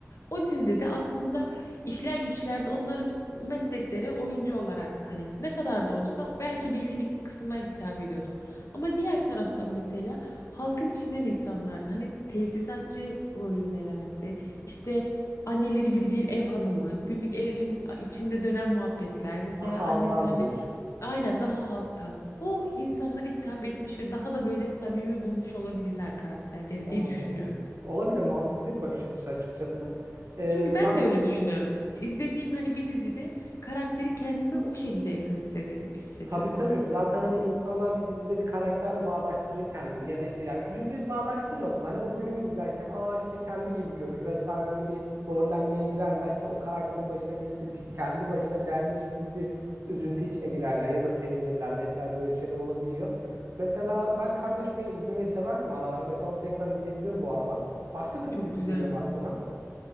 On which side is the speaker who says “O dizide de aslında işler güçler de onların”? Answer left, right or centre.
Left